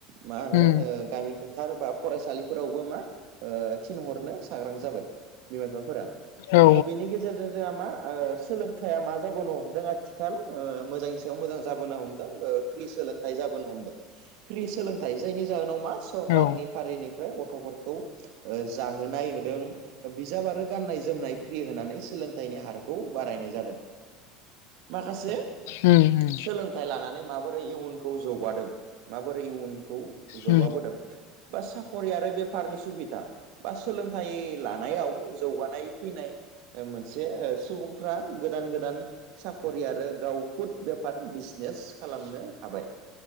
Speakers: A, on the right (about 65°); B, on the left (about 75°).
A: <unintelligible> मा होनो
B: उम
A: गामि फोथार बा फरायसालिफोरावबो मा थिनहर नो साग्रां जाबाय बिमा बिफाफोरा
B: औ
A: बेनि गेजेरजों जोंहा मा सोलोंथाइया मा जाबोनो हमदों आथि खाल ओ मोजां सायाव मोजां जाबोनो हमदों फ्रि सोलोंथाइ जा बोनो हमदों फ्रि सोलोंथाइ जायनि जाहोनाव मा सरखारनि
B: औ
A: फारिनिफ्राय गथ'फोर खौ जाहोनाय होदों बिजाब आरो गाननाय जोमनाय फ्रि होनानै सोलोंथाइनि हारखौ बारायनाय जादों माखासे
B: उम
A: सोलोंथाइ लानानै माबोरै इयुनखौ जौगादों माबोरै इयुनखौ जौगाबोदों
B: उम
A: बा साख'रि आरो बेफारनि सुबिदा बा सोलोंथाइ लानायाव जौगानाय फैनाय मोनसे सुबुंफ्रा गोदान गोदान साख'रि आरो गाव खुद बेफार बिजनेस खालामनो हाबाय